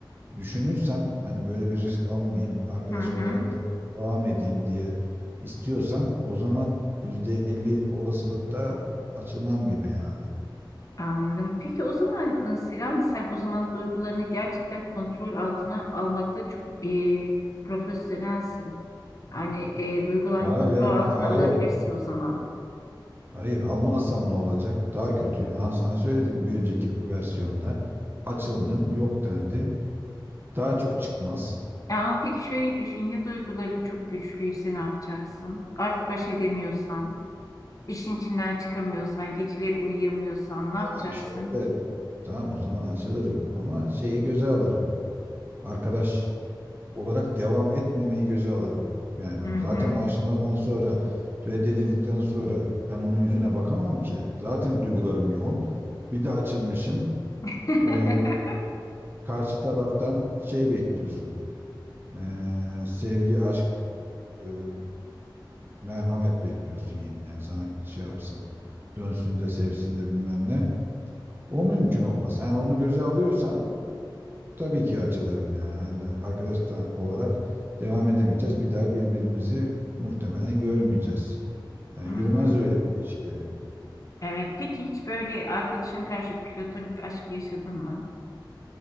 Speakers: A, on the right; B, on the left.
A: düşünürsem hani böyle bir risk almayayım, arkadaş
B: hı hı,
A: olarak da devam edeyim diye istiyorsam o zaman %50 olasılıkta açılmam gibi yani.
B: anladım. Peki o zaman nasıl yani sen o zaman duygularını gerçekten kontrol altına almakta çok e, profesyonelsin. Hani e, duygularını
A: Hayır
B: kontrol
A: yani
B: altına
A: hayır.
B: alabilirsin o zaman.
A: Hayır almazsam ne olacak? Daha kötü. Aha sana söyledim bir önceki versiyonda. Açıldın yok dendi. Daha çok çıkmaz.
B: E, ama peki şöyle düşün ya duyguların çok güçlüyse ne yapacaksın? Artık baş edemiyorsan. İşin içinden çıkamıyorsan, geceleri uyuyamıyorsan
A: O
B: ne yapacaksın?
A: zaman şöyle Tamam o zaman açılırım ama şeyi göze alırım. Arkadaş olarak devam etmemeyi göze alırım. Yani
B: Hı hı.
A: zaten o aşamadan sonra reddedildikten sonra ben onun yüzüne bakamam ki. Zaten duygularım yoğun. Bir de açılmışım.
B: <laughs>
A: Ee, karşı taraftan şey bekliyorsun. Ee, sevgi, aşk, e, merhamet bekliyorsun. Yani sana şey yapsın. Dönsün de sevsin de bilmem ne. O mümkün olmaz. Yani onu göze alıyorsam tabii ki açılırım yani. Hani de arkadaş da olarak devam edemeyeceğiz. Bir daha birbirimizi muhtemelen görmeyeceğiz. Yani
B: Hı
A: yürümez
B: hı.
A: öyle bir ilişki.
B: Evet, peki hiç böyle arkadaşına karşı platonik aşk yaşadın mı?